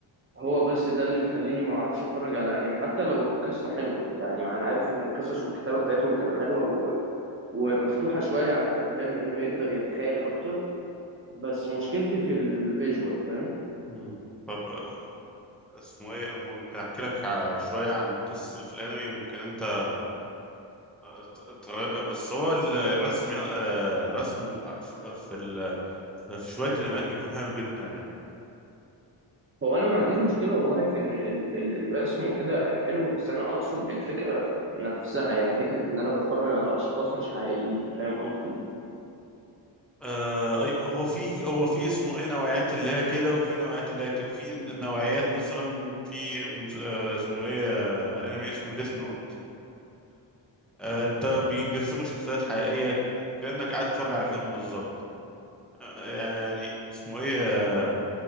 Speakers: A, on the right; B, in the centre.
A: هو بس ده اللي مخليني ما اعرفش اتفرج على انمي حتى لو القصه حلوه يعني ما انا عارف ان القصص والكتابه بتاعتهم بتبقى حلوه و... ومفتوحه شويه عن الافلام لانه يقدر يتخيل اكتر بس مشكلتي في الفيجوال فاهم
B: امم طب آه، اسمه ايه انا ممكن احكي لك ع- شويه عن القصه اللي في الانمي ممكن انت آه، ت- تغ- بس هو الرسم آه، رسم ف- في ال في شويه انميات بيكون حلو جدا يعني
A: هو انا ما عنديش مشكله والله في ان ال... ال- الرسم وكده حلو بس انا اقصد الفكره نفسها يعني فكره ان انا بتفرج على اشخاص مش حقيقيين فاهم قصدي
B: آه، أي- هو في هو في اسمه ايه نوعيات اللي هي كده وفي نوعيات اللي هي كده في نوعيات مثلا في مس- آه، اسمه ايه آه، انمي اسمه ديث نوت آه، انت بي- بيرسموا شخصيات حقيقية ك- كأنك قاعد تتفرج على فيلم بالظبط آه، يعني يعني اسمه ايه آه،